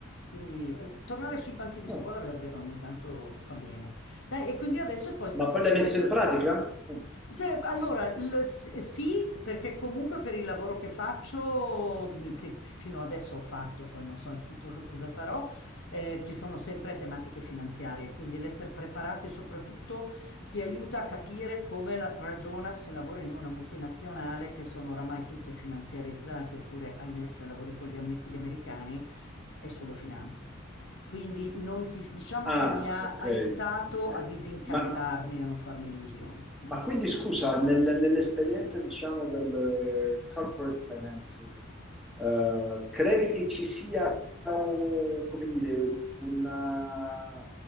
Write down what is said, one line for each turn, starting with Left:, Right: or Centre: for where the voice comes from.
Left: Quindi eh, tornare sui banchi di scuola
Centre: Ah,
Left: davvero ogni tanto fa bene. Dai, e quindi adesso poi sta
Centre: Ma
Left: facendo
Centre: poi l'hai messa
Left: il, do-
Centre: in pratica?
Left: il dottorato.
Centre: Mm.
Left: Se- allora, l- s- sì, perché comunque per il lavoro che faccio, che fino adesso ho fatto, poi non so in futuro <laughs> cosa farò, eh, ci sono sempre tematiche finanziarie, quindi l'essere preparati soprattutto ti aiuta a capire come la- ragiona se lavori in una multinazionale che sono oramai tutte finanziarizzate, oppure, ahimè, se lavori con gli am- gli americani è solo finanza. Quindi non ti- diciamo
Centre: Ah,
Left: che mi ha
Centre: ok,
Left: aiutato
Centre: ok.
Left: a disincantarmi
Centre: Ma,
Left: e a non farmi illusioni.
Centre: ma
Left: Ecco.
Centre: quindi scusa, nel- nell'esperienza diciamo del eh, corporate financing, eh, credi che ci sia, un- come dire, una-